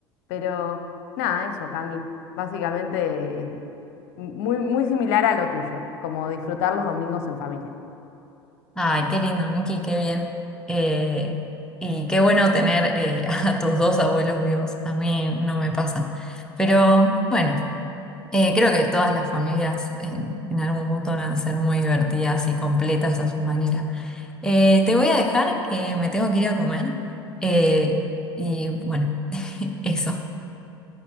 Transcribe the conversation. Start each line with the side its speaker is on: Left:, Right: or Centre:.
Left: pero nada, eso, Cami. Básicamente... eh, muy, muy similar a lo tuyo, como disfrutar los domingos en familia.
Centre: Ay, qué lindo, Miki, qué bien. Eh, y qué bueno tener eh, <laughs> a tus dos abuelos vivos. A mí no me pasa. Pero bueno, eh, creo que todas las familias en, en algún punto van a ser muy divertidas y completas a su manera. Eh, te voy a dejar que me tengo que ir a comer. Eh, y bueno, <laughs> eso.